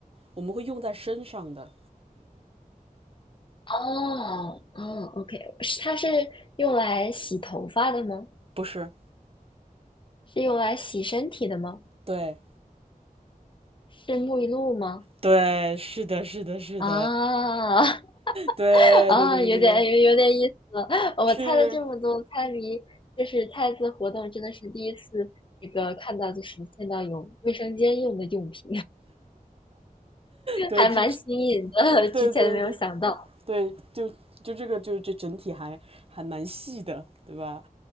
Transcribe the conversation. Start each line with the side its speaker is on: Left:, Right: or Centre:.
Right: 我们会用在身上的，
Left: 哦哦，OK，是它是用来洗头发的吗？
Right: 不是，
Left: 是用来洗身体的吗？
Right: 对
Left: 是沐浴露吗？
Right: 对，是的，是的，是的，
Left: 啊
Right: 对对对对对，
Left: <laughs> 啊，有点有有点意思了。我猜了这么多猜谜，
Right: 是，
Left: 就是猜字活动，真的是第一次这个看到，就是见到有卫生间用的用品，<laughs>
Right: 对，
Left: 还蛮新颖的，
Right: 这，
Left: 之前没有想到。
Right: 对对对，对，就就这个就这整体还还蛮细的，对吧